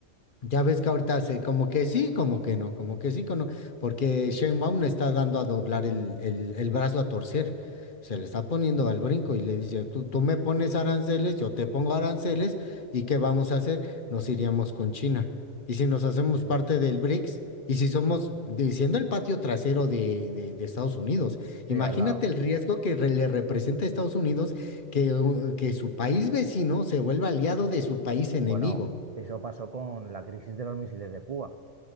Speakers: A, on the left; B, on the right.
A: Ya ves que ahorita hace como que sí, como que no, como que sí, como no, porque Sheinbaum le está dando a doblar el, el, el brazo a torcer. Se le está poniendo al brinco y le dice, tú, tú me pones aranceles, yo te pongo aranceles, ¿y qué vamos a hacer? Nos iríamos con China. Y si nos hacemos
B: sí. Eso,
A: parte del BRICS, y si somos, diciendo el patio trasero de, de, de Estados Unidos,
B: sí,
A: imagínate
B: al lado.
A: el riesgo que re- le representa a Estados Unidos que, uh, que su país vecino se vuelva aliado de su país enemigo.
B: Bueno, eso pasó con la crisis de los misiles de Cuba,